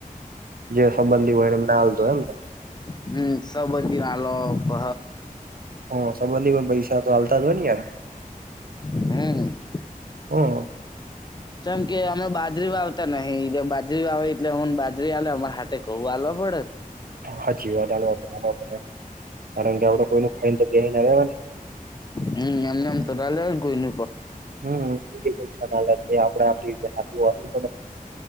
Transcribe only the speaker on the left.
હમ્મ સબંધી હાલો હ.
હમ.
ચમ કે અમે બાજરી વાવતા નહ બાજરી વાવી એટલે હમને બાજરી આવેલે અમારે હાટે કઉ હલવા પડે.
હમ એમને એમ તો ના લેવા ને કોઈ ન.